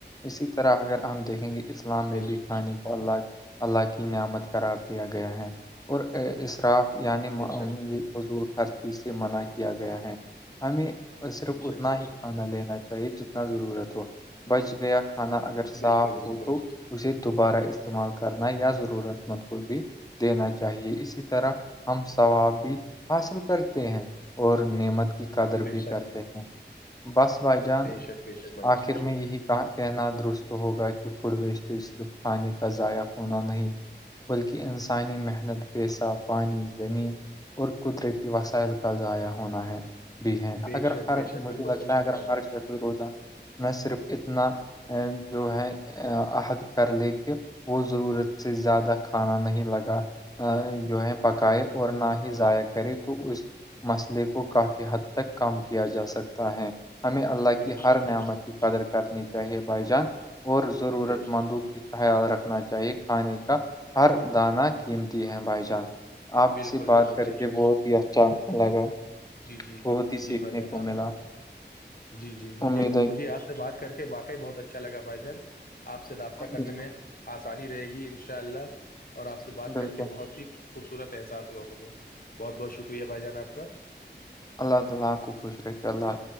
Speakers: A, on the left (about 20°); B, on the left (about 50°).
A: اسی طرح اگر ہم دیکھیں گے اسلام میں
B: بے
A: بھی
B: شک
A: کھانے کو اللہ اللہ کی نعمت قرار دیا گیا ہے اور اراف یعنی
B: بے شک
A: حضول ہر چیز سے منع کیا گیا ہے ہمیں صرف
B: بے شک
A: اتنا
B: بے
A: ہی
B: شک
A: کھانا
B: بھائی جان،
A: لینا چاہیے جتنا ضرورت ہو بچ گیا کھانا اگر صاف
B: بالکل
A: ہو
B: بالکل
A: تو اسے دوبارہ استعمال کرنا یا ضرورت مند کو بھی دینا چاہیے اسی طرح ہم ثواب بھی حاصل کرتے ہیں اور نعمت کی قدر
B: بے
A: بھی
B: شک
A: کرتے ہیں بس بھائی جان
B: بے شک بے شک بھائی جان
A: آخر میں یہی کہنا درست ہوگا کہ فوڈ ویسٹ تو صرف کھانے کا ضائع ہونا نہیں بلکہ انسانی محنت پیسہ پانی زمین اور قدرتی وسائل کا ضائع ہونا ہے بھی ہیں
B: بے
A: اگر
B: شک
A: ہر
B: بے شک
A: مجھے
B: بالکل
A: لگتا
B: صحیح
A: ہے
B: فرمایا
A: اگر ہر
B: آپ
A: شخ
B: نے
A: روزہ میں صرف اتنا جو ہے عہد کر لے کے وہ ضرورت سے زیادہ کھانا نہیں لگا جو ہے پکائے اور نہ ہی ضائع کرے تو اس مسئلے کو کافی حد تک کم کیا جا سکتا ہے ہمیں اللہ
B: بے
A: کی
B: شک
A: ہر نعمت
B: بے شک
A: کی قدر کرنی چاہیے بھائی جان اور ضرورت
B: بے شک
A: مندوں کی خیال رکھنا چاہیے کھانے کا ہر دانہ قیمتی ہے بھائی جان آپ
B: بالکل
A: سے بات
B: بالکل
A: کر
B: بے
A: کے
B: شک
A: بہت ہی اچھا لگا
B: جی جی
A: بہت ہی
B: جی
A: سیکھنے
B: بھائی جان
A: کو
B: آپ
A: ملا
B: جی جی مجھے
A: امید
B: مجھے
A: ہے
B: آپ سے بات کر کے واقعی بہت اچھا لگا بھائی جن آپ سے رابطہ کرنے
A: بالکل
B: میں آسانی رہے گی ان شاء اللہ اور آپ سے بات
A: بالکل
B: کر کے بہت ہی خوبصورت احسا ہوا مجھے بہت بہت شکریہ بھائی جان آپ کا
A: اللہ تعالی اپ کو خوش رکھے اللہ